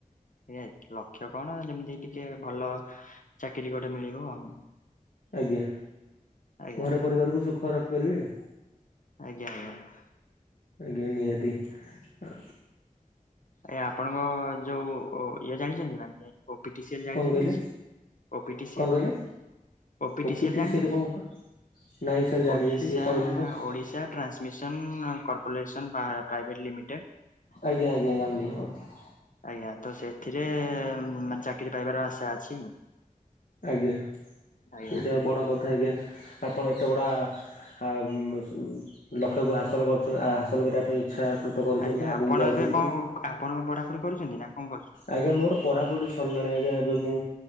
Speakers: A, on the left (about 65°); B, on the left (about 80°).
A: ଆଜ୍ଞା, ଲକ୍ଷ୍ୟ କଣ ଯେମିତି ଟିକେ ଭଲ ଚାକିରି ଗୋଟେ ମିଳିବ ଆଉ।
B: ଆଜ୍ଞା,
A: ଆଜ୍ଞା
B: ଘର ପରିବାରକୁ ସୁଖରେ ରଖିପାରିବି।
A: ଆଜ୍ଞା, ଆଜ୍ଞା।
B: ଆଜ୍ଞା ନିହାତି, ଆ
A: ଏ ଆପଣଙ୍କ ଯୋଉ ଇଏ ଜାଣିଛନ୍ତି, ମାନେ ଓପିଟିସିଏଲ ଜାଣିଛନ୍ତି
B: କଣ କହିଲେ
A: କିଛିି ଓପିଟିସିଏଲ।
B: କଣ କହିଲେ
A: ଓପିଟିସିଏଲ
B: ଓପିଟି ସିଏଲ
A: ଜାଣିଛନ୍ତି,
B: କଣ ନାଇଁ ସାର୍ ଜାଣିନି
A: ଓଡିଶା
B: ଟିକେ କହିଲେ
A: ଓଡି
B: ତ
A: ଓଡ଼ିଶା ଟ୍ରାନ୍ସମିଶନ୍ କର୍ପୋରେସନ୍ ପ୍ରା ପ୍ରାଇଭେଟ ଲିମିଟେଡ୍।
B: ଆଜ୍ଞା, ଆଜ୍ଞା, ଜାଣିଲି <unintelligible>
A: ଆଜ୍ଞା ତ ସେଥିରେ ମାନେ ଚାକିରି ପାଇବାର ଆଶା ଅଛି।
B: ଆଜ୍ଞା,
A: ଆଜ୍ଞା
B: ସେଇଟା ବଡ଼ କଥା ଆଜ୍ଞା ଆପଣ ଏତେ ଗଡ଼ା ହାମ୍ ଲକ୍ଷ୍ୟକୁ ହାସଲ କରୁଥିବା ହାସଲ କରିବା ପାଇଁ ଇଚ୍ଛା <unintelligible> କରିଛନ୍ତି
A: ଆଜ୍ଞା
B: ଆଗକୁ
A: ଆପଣ
B: ଯାଉଛନ୍ତି।
A: ଏବେ କଣ ଆପଣ ପଢାପଢ଼ି କରୁଛନ୍ତି ନା କଣ କରୁ
B: ଆଜ୍ଞା ମୋର ପଢ଼ାପଢି ସରିଲାଣି ଆଜ୍ଞା ଏବେ ମୁଁ